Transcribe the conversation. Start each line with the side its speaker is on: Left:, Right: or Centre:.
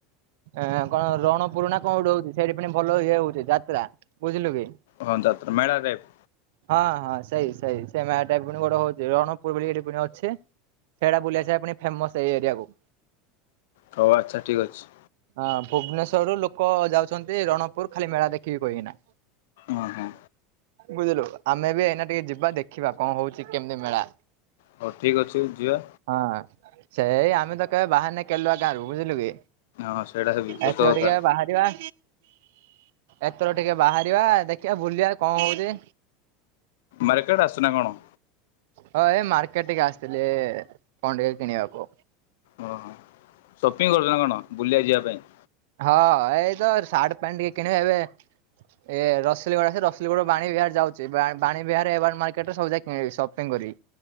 Right: ଏଁ କଣ ରଣପୁରୁ ନା କଣ ଗୋଟେ ହଉଚି ସେଇଠି ପୁଣି ଭଲ ଇଏ ହଉଚି ଯାତ୍ରା, ବୁଝିଲୁ କି?
Left: ହଁ ଯାତ୍ରା, ମେଳା ଟାଇପ୍
Right: ହଁ ହଁ ସେଇ ସେଇ ସେ ମେଳା ଟାଇପ ଗୋଟେ ହଉ ରଣପୁର ବୋଲି ଏଠି ପୁଣି ଅଛି। ସେଇଟା ବୁଲି ଆସିଆ ପୁଣି ଫେମସ ଏଇ ଏରିଆକୁୁ।
Left: ହଉ ଆଚ୍ଛା, ଠିକ୍ ଅଛି।
Right: ହଁ, ଭୁବନେଶ୍ୱର ରୁ ଲୋକ ଯାଉଛନ୍ତି ରଣପୁର ଖାଲି ମେଳା ଦେଖିବି କହିକିନା।
Left: ହଁ ହଁ
Right: ବୁଝିଲୁ, ଆମେ ବି ଏଇନା ଟିକେ ଯିବା ଦେଖିବା କଣ ହଉଚି କେମିତି ମେଳା?
Left: ହଉ ଠିକ୍ ଅଛି ଯିବା।
Right: ହଁ ସେଇ ଆମେ ତ କେବେ ବାହାରିନେ କେଲୁଆ ଗାଁରୁ, ବୁଝିଲୁ କି।
Left: ହଁ ସେଇଟା ହେବି ସତ
Right: ଏଥର
Left: କଥା।
Right: ଟିକେ ବାହା ଏଥର ଟିକେ ବାହାରିବା ଦେଖିବା ବୁଲିବା କଣ ହଉଚି।
Left: ମରେକେଟ ଆସିଚୁ ନା କଣ?
Right: ହଁ ଏଇ ମାର୍କେଟ ଟିକେ ଆସିଥିଲି କଣ ଟିକେ କିଣିବାକୁ।
Left: ଓହୋ, ସପିଂ କରୁଚନା କଣ, ବୁଲିବା ଯିବା ପାଇଁ?
Right: ହଁ, ଏଇ ତ ସାର୍ଟ ପ୍ୟାଣ୍ଟ ଟିକେ କିଣିବା ଏବେ। ଏ ରସଲଗଡ ଆସ ରସଲଗଡ଼ରୁ ବାଣୀ ବିହାର ଯାଉଛି ବା ବିହାର ଏାର ମାର୍କେଟରେ ସବୁା କିଣ ସପିଙ୍ଗ କରିକି <unintelligible>